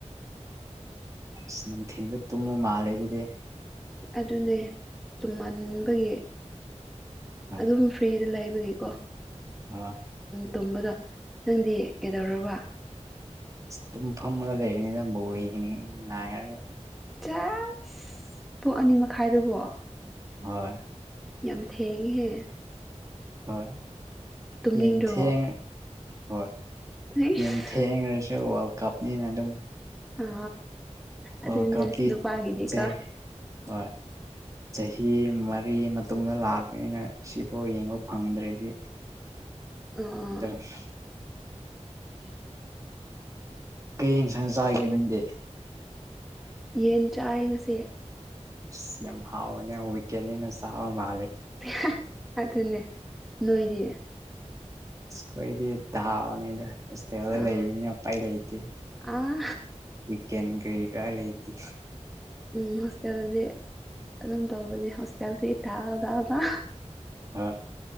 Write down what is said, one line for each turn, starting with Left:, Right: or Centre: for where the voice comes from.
Right: ꯁ ꯅꯪ ꯊꯤꯟꯗ ꯇꯨꯝꯃ ꯃꯥꯂꯦ ꯑꯗꯨꯗꯦ
Centre: ꯑꯗꯨꯅꯦ ꯇꯨꯝꯃꯟꯕꯒꯤ
Right: ꯑꯥ
Centre: ꯑꯗꯨꯝ ꯐ꯭ꯔꯤꯗ ꯂꯩꯕ ꯍꯥꯏꯒꯤꯀꯣ
Right: ꯑꯥ
Centre: ꯇꯨꯝꯕꯗꯣ ꯅꯪꯗꯤ ꯀꯩꯗꯧꯔꯕ
Right: ꯇꯨꯝ ꯐꯗꯅꯤꯝꯕꯣꯅꯤ ꯉꯒ
Centre: ꯆꯁ ꯄꯨꯡ ꯑꯅꯤ ꯃꯈꯥꯏꯗꯨꯕꯣ
Right: ꯍꯣꯏ
Centre: ꯌꯥꯝ ꯊꯦꯡꯉꯦꯍꯦ
Right: ꯍꯣꯏ
Centre: ꯇꯨꯝꯅꯤꯡꯗ꯭ꯔꯕꯣ
Right: ꯌꯦꯊꯦꯡ ꯍꯣꯏ
Centre: ꯑꯩꯁ
Right: ꯌꯥꯝ ꯊꯦꯡꯈ꯭ꯔꯁꯨ ꯋꯥꯔꯜ ꯀꯞꯅꯤꯅ ꯑꯗꯨꯝ
Centre: ꯑ ꯑꯗꯨꯗꯅꯦꯦꯅꯦ
Right: ꯋꯥꯔꯜ ꯀꯞꯇꯤ
Centre: ꯅꯨꯄꯥꯒꯗꯀ
Right: ꯆꯩ ꯍꯣꯏ ꯆꯍꯤ ꯆꯍꯤ ꯃꯔ ꯀꯔꯤ ꯃꯇꯨꯡꯗ ꯂꯥꯛꯄꯅꯤꯅ ꯁꯤꯐꯥꯎ ꯌꯦꯡꯕ ꯐꯪꯗ꯭ꯔꯗꯔꯗꯤ
Centre: ꯑꯥ
Right: ꯑꯗꯨꯝꯦ ꯀꯩ ꯌꯦꯡꯁꯥꯡ ꯆꯥꯒꯦ ꯅꯪꯗꯤ
Centre: ꯌꯦꯟ ꯆꯥꯛꯌꯦ ꯉꯁꯤ
Right: ꯁꯤ ꯌꯥꯝ ꯍꯥꯎ ꯍꯧꯏ ꯀꯦꯅꯤ ꯅ ꯁꯥꯥꯎ ꯃꯥ
Centre: ꯑꯗꯨ ꯑꯗꯨꯟꯅꯅꯦ ꯅꯣꯏꯗꯤ
Right: ꯀꯣꯏꯗꯤ ꯗꯜꯅꯤꯗ ꯍꯣꯁꯇꯦꯜꯗ
Centre: ꯑꯥ
Right: ꯂꯩꯕꯅꯤꯅꯥ ꯎꯄꯥꯏ ꯂꯩꯇꯦ
Centre: ꯑꯥ
Right: ꯀ ꯀꯥꯏꯂꯇꯦ
Centre: ꯎ ꯍꯣꯁꯇꯦꯜꯗꯗꯤ ꯑꯗꯨꯝ ꯇꯧꯕꯅꯦ ꯍꯣꯁꯇꯦꯜꯁꯦ ꯊꯥ ꯇꯥꯗ
Right: ꯍ